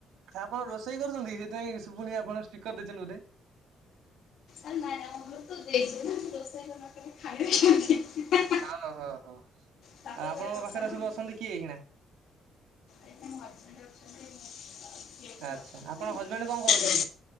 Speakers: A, on the right; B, on the left.
A: ଆପଣ ରୋଷେଇ କରୁଛନ୍ତି କି ସେଥିପାଇଁ ଶୁଭୁନି ଆପଣ ସ୍ପିକର ଦେଇଛନ୍ତି ବୋଧେ?
B: ଆରେ ନାଇଁ ଆମ ଘରକୁ ଦେଇଛ ନାଁ ରୋଷେଇ କରିନ ଖାଇବା କେମିତି
A: ହଁ ହଁ ହଁ ଆଉଁ
B: ଶାଶୁ
A: ଆପଣଙ୍କ
B: ଘରେ କଥା
A: ପାଖରେ
B: ନା
A: ସବୁ
B: ଏଇଠି
A: ଅଛନ୍ତି କିଏ ଏଇଖିଣା?
B: ମୁଁ <unintelligible> ଧରିଛନ୍ତି
A: ଆଚ୍ଛା ଆପଣ
B: ତ ମୁଁ
A: ହଜବେଣ୍ଡ
B: ଏପଟେ ରୋଷେଇ
A: କଣ କରନ୍ତି?
B: କରେ।